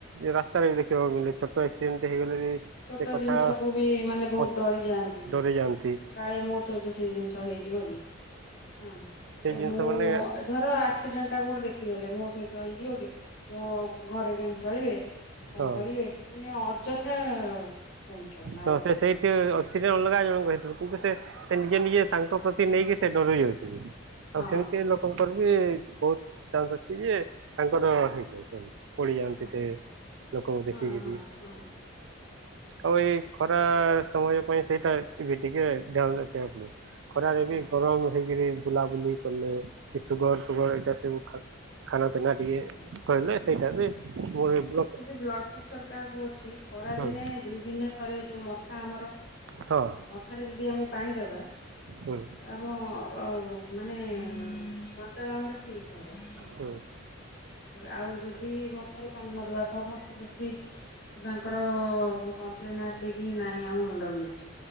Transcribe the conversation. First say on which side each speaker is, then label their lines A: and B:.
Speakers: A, on the right; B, on the left.
A: ରାସ୍ତାରେ ବି ଦେଖିବାକୁ ମିଳେ ଛୋଟ ଆକ୍ସିଡେଣ୍ଟ
B: ହଁ।
A: ହେଇଗଲେ ବି
B: ଛୋଟ
A: ସେ କଥା
B: ଜିନିଷକୁ ବି ମାନେ ବହୁତ୍
A: ବହୁତ
B: ଡରି ଯାଆନ୍ତି
A: ଡରି ଯାଆନ୍ତି
B: କାଳେ ମୋ ସହିତ ସେ ଜିନିଷ ହେଇଯିବ କି। ହଁ <unintelligible>
A: ସେଇ ଜିନିଷ
B: ମୁଁ।
A: ମାନେ
B: ଧର ଆକ୍ସିଡେଣ୍ଟ ଟା କୋଉଠି ଦେଖିଦେଲେ ମୋ ସହିତ ହେଇଯିବ କି, ମୋ ଘରେ କେନ୍ତି ଚଳିବେ। କଣ
A: ହଁ
B: କରିବେ ମାନେ ଅଯଥା ଟେନସନ୍ ଆଉ
A: ତ
B: କିଛି
A: ସେ ସେଇଥି
B: ନୁହଁ
A: <unintelligible> ଅଲଗା ଜଣଙ୍କୁ ହେଇିଥିବ କିନ୍ତୁ ସେ-ସେ ନିଜେ-ନିଜେ ତାଙ୍କ ପ୍ରତି ନେଇକି ସେ ଡରି ଯାଉଥିବେ,
B: ହଁ
A: ଆଉ ସିମ୍ତି ଲୋକ କଙ୍କର ବି ବହୁତ୍ ଚାନ୍ସ ଅଛି ଯେ ତାଙ୍କର ହେଇଯାଏ ସେମ୍ତି ପଡିଯାଆନ୍ତି
B: ହଁ
A: ସେ ଲୋକଙ୍କୁ
B: ହଁ
A: ଦେଖିକିରି
B: ହଁ ହଁ
A: ଆଉ ଏ ଖରା ସମୟ ପାଇଁ ସେଇଟା ବି ଟିକେ ଧ୍ୟାନ ରଖିବାକୁ ପଡ଼ିବ। ଖରାରେ
B: ହଁ
A: ବି ଗରମ୍ ହେଇକିରି ବୁଲାବୁଲି କଲେ କି ସୁଗର୍ ସୁଗର୍ ଏଇଟା ସବୁ ଖା ଖାନା ପିନା ଟିକେ
B: ହଁ।
A: କଲେ ସେଇଟା ବି <unintelligible>
B: ବ୍ଲଡ୍ ପ୍ରେସର୍ କାହାକୁ ଅଛି ଖରା
A: ହଁ
B: ଦିନେ ଦୁଇ ଦିନେ ଥରେ ଯୋଉ ମଥା ଆମର
A: ହଁ
B: ମଥାରେ ଯଦି ଆମେ ପାଣି ଦେବା।
A: ହୁଁ
B: ଆମ ମାନେ ସଞ୍ଚାଳନ ଟା ଠିକ ହବ।
A: ହଁ।
B: ଆଉ ଯଦି ମଥାରେ ପାଣି ନଦବା ସମସ୍ତେ ବେଶୀ। ତାଙ୍କର କମ୍ପ୍ଲେନ ଆସେ କି ନାହିଁ ଆମ ମୁଣ୍ଡ ବିିନ୍ଧୁ ଚି